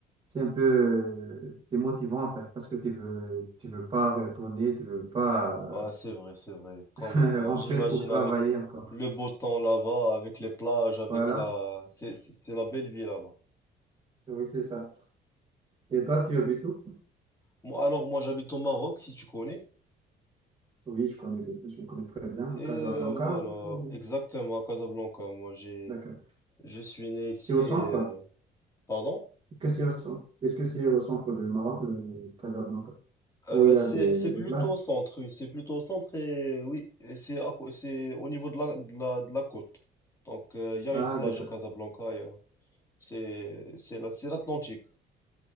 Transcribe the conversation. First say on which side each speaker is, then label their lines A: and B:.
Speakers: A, on the right (about 30°); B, on the left (about 20°).
A: C'est un peu euh, démotivant, en fait, parce que tu veux, tu veux pas retourner, tu veux pas
B: Ah, c'est vrai, c'est vrai. Quand même,
A: euh,
B: euh,
A: <laughs> rentrer
B: j'imagine
A: pour travailler
B: avec
A: encore.
B: le beau temps là-bas, avec les plages, avec
A: Voilà,
B: la... C'est, c'est c'est la belle vie là-bas.
A: oui, c'est ça. Et toi, tu habites où?
B: Moi, alors, moi, j'habite au Maroc, si tu connais.
A: Oui, je connais, je connais très bien
B: Et
A: Casablanca.
B: euh, voilà,
A: ou-
B: exactement, à Casablanca. Moi, j'ai...
A: D'accord.
B: Je suis né ici
A: C'est au
B: et...
A: centre?
B: euh, Pardon?
A: que c'est au centre? Est-ce que c'est au centre du Maroc, le Casablanca,
B: Euh,
A: où il y
B: c'est,
A: a des,
B: c'est
A: des
B: plutôt
A: plages?
B: au centre, oui. C'est plutôt au centre et oui, et c'est à cô- c'est au niveau de la, de la, de la côte. Donc, euh, il y a
A: Ah,
B: une plage
A: d'accord.
B: à Casablanca. il y a- C'est, c'est la- c'est l'Atlantique.